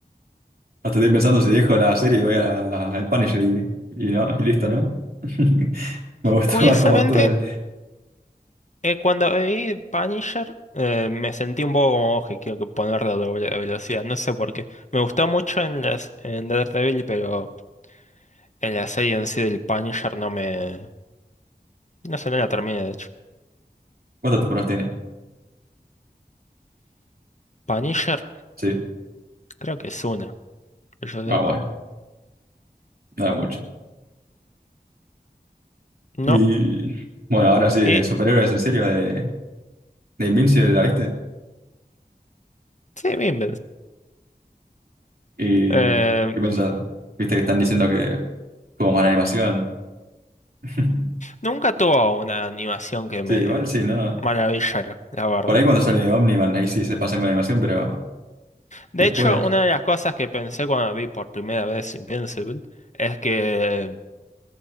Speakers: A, on the right (about 65°); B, on the left (about 45°).
A: Hasta estoy pensando si dejo la serie y voy a- al Punisher y, y, no, y listo, ¿no? <laughs> Me gusta
B: Curiosamente,
A: más cómo actúa él.
B: eh, cuando vi Punisher, eh, me sentí un poco como vos que quiero que ponerlo a doble velocidad. No sé por qué. Me gustó mucho en las en Daredevil, pero en la serie en sí del Punisher no me. No sé, no la terminé, de hecho.
A: ¿Cuántas temporadas tiene?
B: Punisher,
A: Sí.
B: creo que es una. que yo
A: Ah,
B: sepa.
A: bueno, nada mucho.
B: No.
A: Y bueno, ahora sí,
B: Y
A: superhéroes en serio de, de Invincible, ¿la viste?
B: sí, bien,
A: ¿Y
B: Eh,
A: qué pensás? ¿Viste que están diciendo que como mala animación? <laughs>
B: nunca tuvo una animación que me
A: Sí, igual sí, ¿no?
B: maravillara, la verdad.
A: Por ahí cuando sale Omniman, ahí sí se pasan con la animación, pero
B: De
A: después.
B: hecho, una de las cosas que pensé cuando vi por primera vez Invincible es que